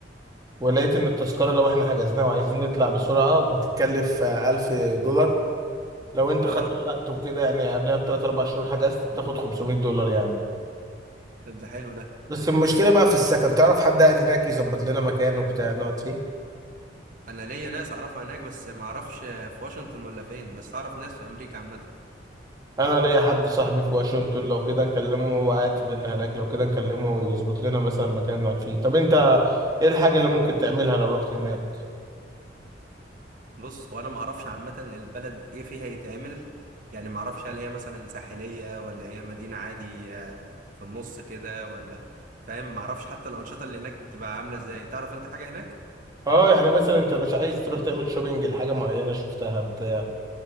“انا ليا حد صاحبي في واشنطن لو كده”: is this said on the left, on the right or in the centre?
Right